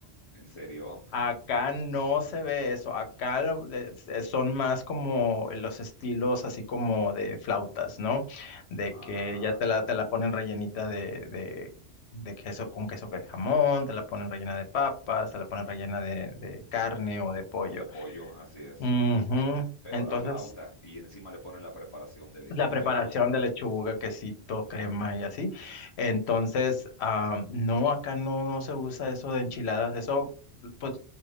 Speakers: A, on the left; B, on the left.
A: ¿En serio?
B: Acá no se ve eso, acá lo- de- se- son más como los estilos así como de flautas, ¿no? De
A: Ah,
B: que ya te
A: ya.
B: la, te la ponen rellenita de, de, de queso con queso que jamón, te la ponen rellena de papas, te la ponen rellena de, de
A: De-
B: carne o de pollo.
A: o de pollo, así es.
B: Ujú.
A: ajá. Pero
B: Entonces
A: la flauta, y encima le ponen la preparación de lechuga
B: la preparación
A: y todo eso, ¿no?
B: de lechuga, quesito, crema y así. Entonces, ah, no, acá no, no se usa eso de enchiladas. Eso, pues,